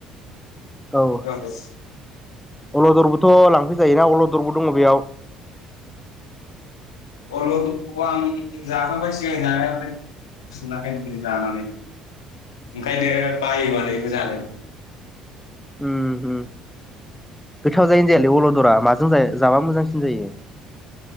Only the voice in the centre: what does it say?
औ अलदरबोथ' लांफै जायोना अलदरबो दङ' बेयाव
उम होम गोथाव जायोना जायालै अलदरा माजों जाय- जाबा मोजांसिन जायो